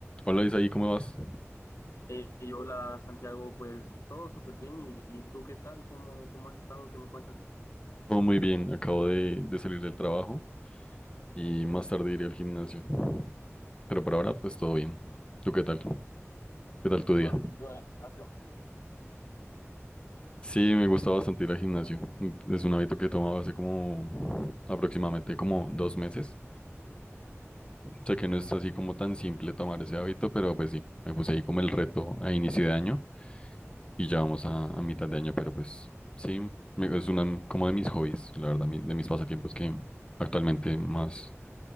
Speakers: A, on the left; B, on the left.
A: Hola Isaí, ¿cómo vas?
B: Eh, y hola Santiago, pues todo súper bien. ¿Y, y tú qué tal? ¿Cómo, cómo has estado? ¿Qué me cuentas?
A: Todo muy bien, acabo de, de salir del trabajo y más tarde iré al gimnasio. Pero por ahora, pues todo bien. ¿Tú qué tal? ¿Qué tal tu día?
B: Más seguido del gimnasio.
A: Sí, me gusta bastante ir al gimnasio. Es un hábito que he tomado hace como aproximadamente como dos meses. Sé que no es así como tan simple tomar ese hábito, pero pues sí, me puse ahí como el reto a inicio de año y ya vamos a, a mitad de año, pero pues sí, me- es una como de mis hobbies, la verdad, mi- de mis pasatiempos que actualmente más